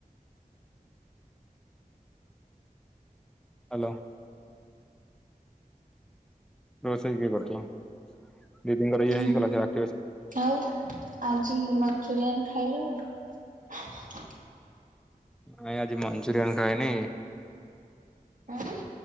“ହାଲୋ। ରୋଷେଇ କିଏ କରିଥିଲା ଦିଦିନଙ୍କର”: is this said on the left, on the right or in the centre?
Centre